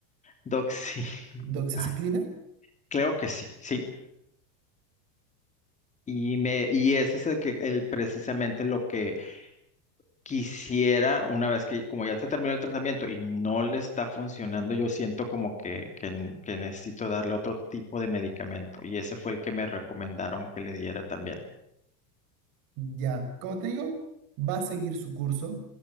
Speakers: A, on the left (about 15°); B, on the right (about 45°).
A: Doxy. <laughs>
B: ¿Doxiciclina?
A: Ay, creo que sí, sí. Y, me, y ese es el que el, precisamente lo que quisiera, una vez que, como ya se terminó el tratamiento y no le está funcionando, yo siento como que, que, n- que necesito darle otro tipo de medicamento. Y ese fue el que me recomendaron que le diera también.
B: Ya, como te digo, va a seguir su curso.